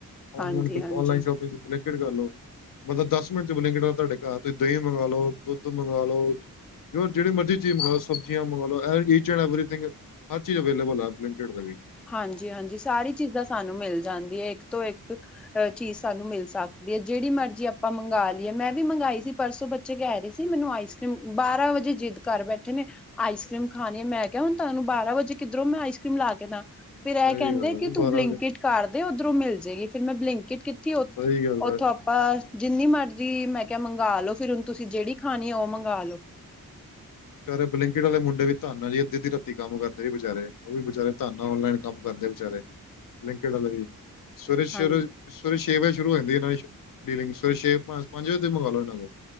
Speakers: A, in the centre; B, on the left.
A: ਹਾਂਜੀ-ਹਾਂਜੀ
B: ਓਂਨਲਾਈਨ ਸ਼ੋਪਿੰਗ <unintelligible> ਕਿਟ ਕਰ ਲੋ। ਬੰਦਾ ਦਸ ਮਿੰਟ ਚ ਬਲਿੰਕਿਟ ਵਾਲਾ ਤੁਹਾਡੇ ਘਰ ਤੁਸੀਂ ਦਹੀਂ ਮੰਗਾਲੋ, ਦੁੱਧ ਮੰਗਾਲੋ ਲੋ। ਜੋ ਜਿਹੜੀ ਮਰਜ਼ੀ ਚੀਜ਼ ਮੰਗਾਲੋ ਸਬਜ਼ੀਆਂ ਮੰਗਾਲੋ ਐ ਇੱਚ ਐਂਡ ਐਵਰੀਥਿੰਗ। ਹਰ ਚੀਜ਼ ਅਵੇਲੇਬਲ ਆ ਬਲਿੰਕਿਟ ਰਾਹੀ।
A: ਹਾਂਜੀ-ਹਾਂਜੀ ਸਾਰੀ ਚੀਜ਼ਾਂ ਸਾਨੂੰ ਮਿਲ ਜਾਂਦੀਆਂ ਏਕ ਤੋਂ ਏਕ। ਹਰ ਚੀਜ਼ ਸਾਨੂੰ ਮਿਲ ਸਕਦੀ ਅ। ਜਿਹੜੀ ਮਰਜ਼ੀ ਆਪਾਂ ਮੰਗਾ ਲੀਏ ਮੈਂ ਵੀ ਮੰਗਾਈ ਸੀ ਪਰਸੋਂ ਬੱਚ ਚੇ ਕਹਿ ਰਹੀ ਸੀ ਮੈਨੂੰ ਆਈਸਕ੍ਰੀਮ ਬਾਰਾਂ ਵਜੇ ਜਿੱਦ ਕਰ ਬੈਠੇ ਨੇ। ਆਈਸ ਕਰੀਮ ਖਾਣੀ ਆ ਮੈਂ ਕਿਆ ਹੁਣ ਤੁਹਾਨੂੰ ਬਾਰਾਂ ਵਜੇ ਕਿਧਰੋਂ ਮੈਂ ਆਈਸ ਕਰ੍ਰੀਮ ਲਾ ਕੇ ਦਾ। ਫਿਰ
B: ਸਹੀ
A: ਐ ਕਹਿੰਦੇ
B: ਗੱਲ ਹੈ ਜੀ
A: ਕਿ ਤੂੰ
B: ਬਾਰਾਂ
A: ਬਲਿੰਕਿਟ
B: ਵਜੇ
A: ਕਰਦੇ ਉੱਧਰੋਂ ਮਿਲ ਜੇਗੀ। ਫਿਰ ਮੈਂ ਬਲਿੰਕਟ ਕੀਤੀ ਓਥ
B: ਸਹੀ ਗੱਲ
A: ਓਥੋਂ
B: ਹੈ ਜੀ।
A: ਅਪ ਪਰ ਜਿੰਨੀ ਮਰਜ਼ੀ ਮੈਂ ਕਿਆ ਮੰਗਾਲੋ। ਫਿਰ ਹੁਣ ਤੁਸੀਂ ਜਿਹੜੀ ਖਾਣੀ ਆ ਉਹ ਮੰਗਾ ਲੋ।
B: ਬਚਾਰੇ ਬਲਿੰਕਿਟ ਵਾਲੇ ਮੁੰਡੇ ਵੀ ਧੰਨ ਆ ਜੀ। ਅਧੀ-ਅੱਧੀ ਰਾਤੀ ਕੰਮ ਕਰਦੇ ਜੀ ਵਿਚਾਰੇ। ਉਹ ਵੀ ਵਿਚਾਰੇ ਧੰਨ ਆ ਔਨਲਾਈਨ ਕੰਮ ਕਰਦੇ ਵਿਚਾਰੇ ਬਲਿੰਕਿਟ ਆਲੇ ਵੀ ਸਵੇਰੇ- ਸਵੇਰ
A: ਹਾਂਜੀ
B: ਸਵੇਰੇ ਛੇ ਵਜੇ ਸ਼ੁਰੂ ਹੋ ਜਾਂਦੀ ਇਹਨਾਂ ਦੀ ਸ਼ਿਪਿੰਗ ਸਵੇਰੇ ਛੇ ਪੰਜ-ਪੰਜ ਵਜੇ ਮੰਗਾ ਲਓ ਇਹਨਾਂ ਕੋ।